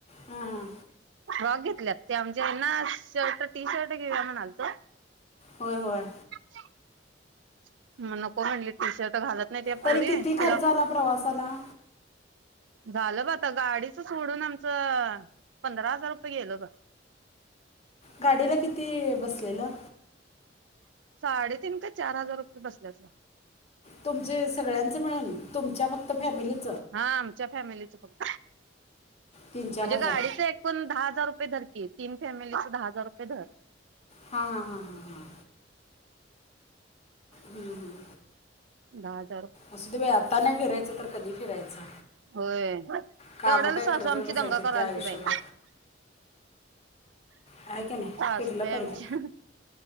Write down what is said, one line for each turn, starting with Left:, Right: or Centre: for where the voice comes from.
Left: हहा हा
Right: फ्रॉक घेतल्यात त्या म्हणजे ना शर्ट टी शर्ट घेऊया म्हणालतो
Left: होय होय
Right: <inaudible> ह्म्म नको म्हणली टीशर्ट घालत नाही त्या
Left: तरी
Right: पोरी
Left: किती
Right: तिला
Left: खर्च आला प्रवासाला
Right: झालं ब आता गाडीच सोडून आमचं पंधरा हजार रुपये गेल होत
Left: गाडीला किती बसलेलं
Right: साडेतीन ते चार हजार रुपये बसल्यात
Left: तुमचे सगळ्यांचे मिळून तुमच्या फक्त फॅमिलीत
Right: हा आमच्या फॅमिलीच फक्त
Left: तीन चार
Right: म्हणजे
Left: हजार
Right: गाडीच एकूण दहा हजार रु अस कर की तीन फॅमिलीच दहा हजार रुपये धर
Left: हा हा हा हा हा हम्म हम्म
Right: भात
Left: असू दे बाई आत्ता नाही फिरायच तर कधी फिरायचं
Right: होय तेवढ
Left: कामं काय करतच
Right: सासू आमची
Left: बसायचे
Right: दंगा करायला
Left: ते आयुष्यभर
Right: आलती बाई
Left: आहे की नाही
Right: सासू
Left: फिरलं
Right: बाई आमच्या
Left: पाहिजे